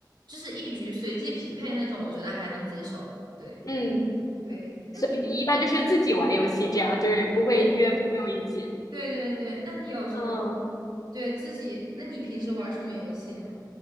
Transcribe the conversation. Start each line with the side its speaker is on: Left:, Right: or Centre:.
Right: 就是一局随机匹配那种，我觉得还能接受。对
Left: 嗯，
Right: 对，那你是
Left: 所以你一般就是自己玩游戏这样，就是不会约朋友一起。
Right: <laughs> 对对对对对，那你有什么
Left: 嗯
Right: 对自己？那你平时玩什么游戏呢？